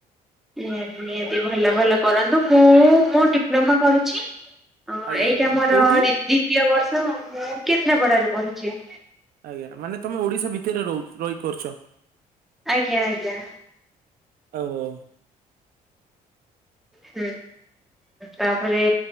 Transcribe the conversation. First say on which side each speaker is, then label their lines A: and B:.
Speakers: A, in the centre; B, on the right.
A: ନିହାତୀ ନିହାତି ଭଲ ଭଲ କରନ୍ତୁ ମୁଁ ମୁଁ ଡିପ୍ଲୋମା କରୁଛି। ହ
B: ଆଜ୍ଞା
A: ଏଇଟା
B: ଆଜ୍ଞା
A: ମୋର
B: କୋଉଠି
A: ଦ୍ଵିତୀୟ ବର୍ଷ ମୁଁ କେନ୍ଦ୍ରାପଡାରେ କରୁଛି।
B: ଆଜ୍ଞା ମାନେ ତମେ ଓଡିଶା ଭିତରେ ରହୁ ରହିକି କରୁଛ।
A: ଆଜ୍ଞା ଆଜ୍ଞା।
B: ଆଉ ହୋ।
A: ହୁଁ। ତାପରେ